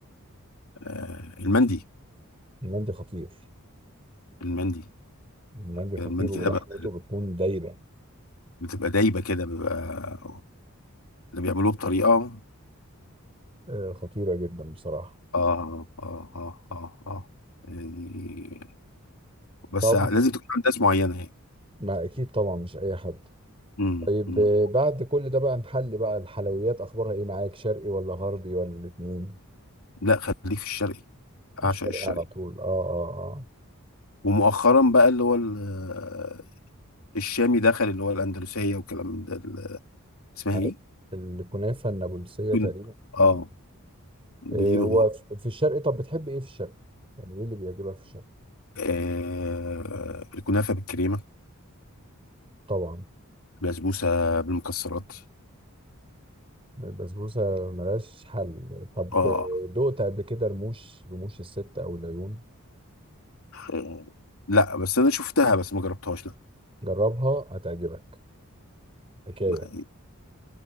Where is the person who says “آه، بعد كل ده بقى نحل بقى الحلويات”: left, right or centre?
Right